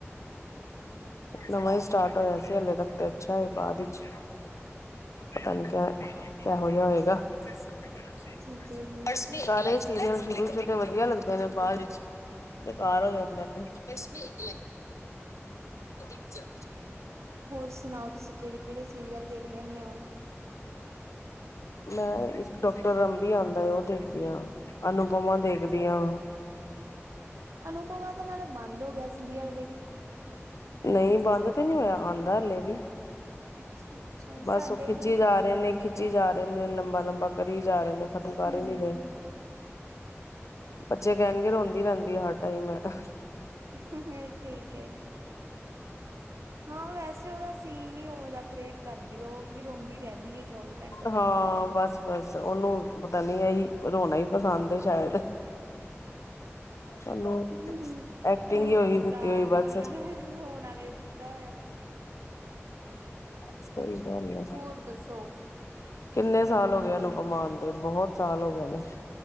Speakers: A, on the left; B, on the right.
A: ਨਵਾਂ ਹੀ ਸਟਾਰਟ ਹੋਇਆ ਸੀ ਹਲੇ ਤੱਕ ਤੇ ਅੱਛਾ ਹੈ, ਬਾਅਦ ਵਿਚ ਪਤਾ ਨੀ ਕਿਹੋ ਜਿਹਾ ਹੋਏਗਾ? <unintelligible>
B: ਠੀਕ ਹੈ ਜੀ।
A: ਸੀਰੀਅਲ ਸ਼ੁਰੂ ਵਿੱਚ ਤੇ ਵਧੀਆ ਲੱਗਦੇ ਨੇ ਬਾਅਦ ਵਿਚ, ਬੇਕਾਰ ਹੋ ਜਾਂਦੇ ਨੇ। ਅੱਛਾ,
B: ਹੋਰ ਸੁਣਾਓ ਤੁਸੀਂ ਕਿਹੜੇ-ਕਿਹੜੇ ਸੀਰੀਅਲ ਦੇਖਦੇ ਹੁੰਦੇ ਹੋ?
A: ਮੈਂ ਇੱਕ ਡਾਕਟਰ ਰੱਬੀ ਆਦਾ ਉਹ ਦੇਖਦੀ ਐ, ਅਨੂਪਮਾ ਦੇਖਦੀ ਹਾਂ।
B: ਅਨੂਪਮਾ ਦੇ ਨਾਲੇ ਬੰਦ ਹੋ ਗਿਆ ਸੀਰੀਅਲ ਦੇਖ
A: ਨਹੀਂ ਬੰਦ ਤੇ ਨਹੀਂ ਹੋਇਆ, ਆਦਾ ਹਾਲੇ ਵੀ।
B: ਅੱਛਾ, ਅੱਛਾ
A: ਬਸ
B: ਸਾਡੇ
A: ਉਹ ਖਿੱਚੀ
B: ਫਿਰ
A: ਜਾ ਰਹੇ ਨੇ, ਖਿੱਚੀ ਜਾ ਰਹੇ ਨੇ, ਲੰਬਾ-ਲੰਬਾ। <unintelligible> ਸਹੀ ਜਾ ਰਹੇ ਨੇ ਖਤਮ
B: ਹਮ
A: ਕਰ ਹੀ ਨਹੀਂ ਰਹੇ। ਬੱਚੇ ਕਹਿਣਗੇ ਰੋਂਦੀ ਰਹਿੰਦੀ ਹਰ ਟਾਈਮ ਐ ਤਾ,
B: ਹੁ ਠੀਕ ਹੈ ਜੀ ਹਾਂ ਵੈਸੇ ਉਹਦਾ ਸੀਨ ਹੀ ਹੋਦਾ ਕਰੇਟ ਕਰਦੇ ਓ ਰੋਂਂਦੀ ਰਹਿੰਦੀ ਹੈ। ਚੌਵੀ ਘੰਟੇ
A: ਹਾਂ ਬਸ ਬਸ ਤਾਂ ਉਹਨੂੰ ਪਤਾ ਨੀ ਅਸੀ ਰੋਣਾ ਹੀ ਪਸੰਦ ਹੈ। ਸ਼ਾਇਦ ਚਲੋ
B: ਹੂੰ,
A: ਐਕਟਿੰਗ
B: ਉਹਨੂੰ
A: ਹੀ
B: ਕਿਰਦਾਰ
A: ਹੀ ਦਿੱਤੀ ਈ ਬਸ
B: ਹੀ ਉਹਨਾਂ ਨੇ ਰੋਣ ਵਾਲੇ ਦਿੱਤਾ ਹੋਇਆ
A: ਸਹੀ ਗੱਲ ਆ
B: ਹੋਰ ਦੱਸੋ
A: ਕਿੰਨੇ ਸਾਲ ਹੋ ਗਏ ਉਹਨੂੰ ਦੇ ਬਹੁਤ ਸਾਲ ਹੋ ਗਏ ਨੇ।